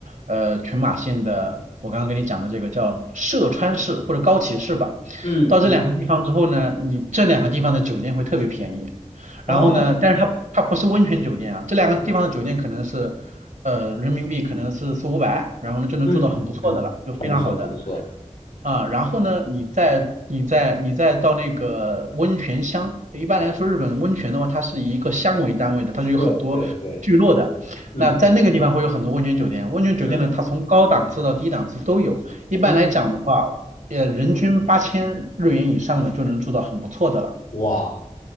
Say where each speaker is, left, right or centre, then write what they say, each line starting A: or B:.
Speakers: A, on the right; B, on the left.
A: 呃群马县的，我刚刚跟你讲的这个叫涉川市或者高崎市吧。
B: 嗯嗯，
A: 到这两个地方之后呢，你这两个地方的酒店会特别便宜。然后呢，
B: 哦。
A: 但是它它不是温泉酒店啊，这两个地方的酒店可能是，呃，人民币可能是四五百，然后呢就能住到很不错的了，
B: 嗯嗯嗯，
A: 就非常好的
B: 很不错，很不错。
A: 啊。然后呢，你再你再你再到那个温泉乡，就一般来说日本温泉的话，它是以一个乡为单位的，它是有很多聚落的。
B: 对对对，嗯
A: 那在那个地方会有很多温泉酒店，温泉酒店呢，
B: 嗯
A: 它从高档次到低档次都有。一般来讲的话，
B: 嗯，
A: 呃，人均八千日元以上的就能住到很不错的了。
B: 哇，